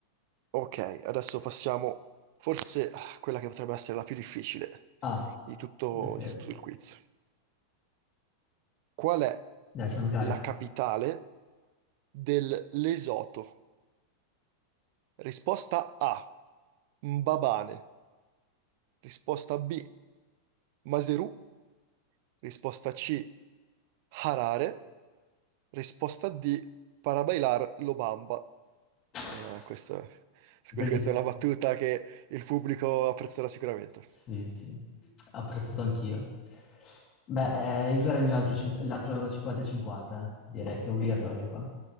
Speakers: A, on the right; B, on the left.
A: Ok, adesso passiamo forse a quella che potrebbe essere la più difficile
B: Ah,
A: di tutto,
B: ok.
A: di tutto il quiz. Qual è
B: Dai, sono carico.
A: la capitale del Lesoto? Risposta A, Mbabane. Risposta B, Maseru. Risposta C, Harare. Risposta D, para bailar lo bamba.
B: <laughs>
A: Eh, questo- <laughs> scu-
B: Così.
A: questa è una battuta che il pubblico apprezzerà sicuramente.
B: Sì, sì. Apprezzato anch'io. Beh, eh, io sarei il mio altro cin- l'altro 50-50, eh. direi che è obbligatorio qua.